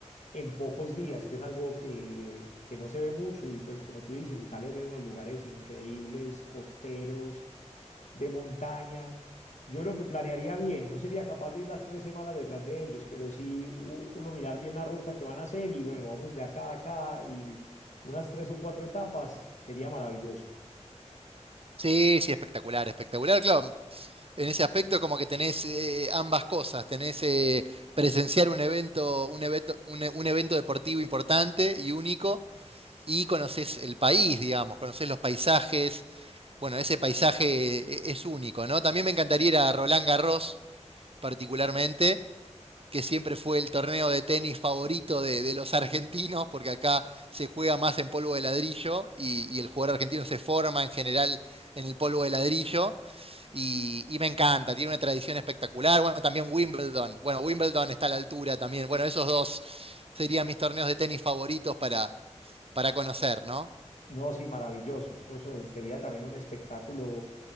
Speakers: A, on the left; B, on the right.
A: en pocos días, que es algo que, que no se ve mucho. Y pues como tú dices, Italia tiene unos lugares increíbles, costeros, de montaña. Yo creo que planearía bien, no sería capaz de ir las tres semanas detrás de ellos, pero sí u- uno mirar bien la ruta que van a hacer y bueno, vamos de acá a acá y unas tres o cuatro etapas sería maravilloso.
B: Sí, sí, espectacular, espectacular. Claro, En ese aspecto, como que tenés eh, ambas cosas, tenés eh, presenciar un evento, un evento, un, e- un evento deportivo importante y único, y conocés el país, digamos, conocés los paisajes. Bueno, ese paisaje eh, es único, ¿no? También me encantaría ir a Roland Garros, particularmente, que siempre fue el torneo de tenis favorito de, de los argentinos, porque acá se juega más en polvo de ladrillo y, y el jugador argentino se forma en general en el polvo de ladrillo. Y, y me encanta, tiene una tradición espectacular. Bueno, también Wimbledon. Bueno, Wimbledon está a la altura también. Bueno, esos dos serían mis torneos de tenis favoritos para, para conocer, ¿no?
A: No, sí, maravilloso. Eso so- sería también un espectáculo